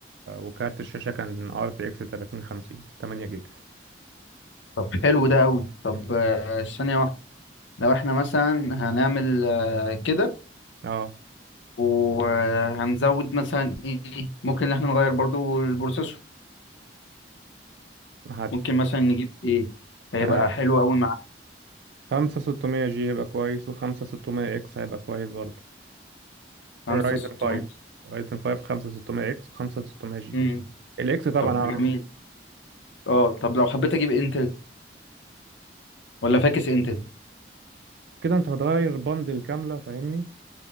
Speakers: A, on the right; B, on the left.
A: وكارت الشاشة كان ار تي اكس 3050 8 جيجا
B: طب حلو ده قوي طب
A: مم.
B: آه، ثانية واحدة لو احنا مثلا هنعمل آه، كده
A: اه
B: وهنزود مثلا ايه ممكن ان احنا نغير برضو البروسيسور
A: هت
B: ممكن مثلا نجيب ايه هيبقى
A: آه،
B: حلو قوي مع
A: خمسة 600 جي هيبقى كويس وخمسة 600 اكس هيبقى كويس برضه
B: خمسة
A: رايزن
B: ستمية
A: 5 رايزن 5 خمسة 600 اكس وخمسة 600 جي
B: امم
A: الاكس طبعا
B: طب
A: اعلى
B: ده جميل
A: من الجي
B: اه طب لو حبيت اجيب انتل ولا فاكس انتل
A: كده انت هتغير بندل كاملة فاهمني